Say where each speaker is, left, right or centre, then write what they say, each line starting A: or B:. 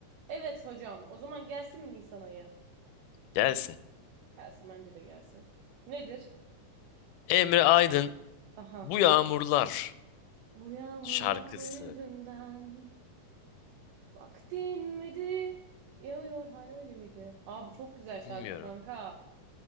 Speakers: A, on the right (about 85°); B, on the left (about 85°).
A: Evet hocam. O zaman gelsin mi Nisan ayı?
B: Gelsin.
A: Gelsin bence de gelsin. Nedir?
B: Emre Aydın
A: Aha.
B: Bu Yağmurlar
A: Bu yağmurlar
B: şarkısı.
A: yüzünden vaktin miydi? Yağıyor hala öyle miydi? Abi çok güzel şarkı
B: Bilmiyorum.
A: kanka.